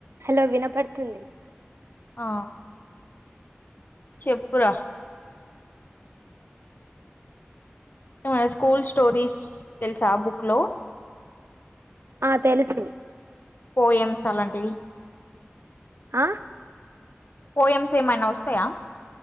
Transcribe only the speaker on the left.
ఆ చెప్పురా ఏమై స్కూల్ స్టోరీస్ తెలుసా బుక్ లో
పోఎమ్స్ అలాంటివి
పోఎంసేమై న వస్తాయా